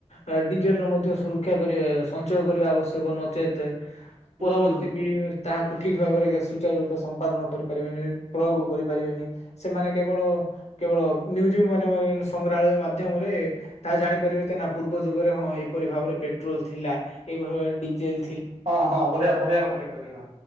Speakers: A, on the left; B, on the right.
A: ଆ, ଡିଜେଲ ର ମଧ୍ୟ ସୁରକ୍ଷା କରିବା ସଞ୍ଚୟ କରିବା ଆବଶ୍ୟକ ନଚେତ
B: ହୁଁ
A: ପରବର୍ତ୍ତୀ
B: ହୁଁ
A: ପିଢ଼ି <unintelligible> ତାହାକୁ ଠିକ୍ ଭାବରେ ଏକା ସୁଚାରୁ ରୂପେ ସମ୍ପାଦନ କରିପାରିବେନି। ପ୍ରୟୋଗ କରିପାରିବେନି। ସେମାନେ କେବଳ କେବଳ ମ୍ୟୁଜିୟମ ମାନଙ୍କରେ ସଂଗ୍ରହାଳୟ ମାଧ୍ୟମରେ ତାହା ଜାଣିପାରିବେ ତ ନା ପୂର୍ବ ଯୁଗରେ ହଁ ହଁ ଏପରି ଭାବରେ ପେଟ୍ରୋଲ୍ ଥିଲା। ଏପରି ଭାବେ ଡିଜେଲ୍
B: ହଁ ହଁ ବଢିଆ ବଢିଆ କଥାଟେ କହିଲେ ଯାହା।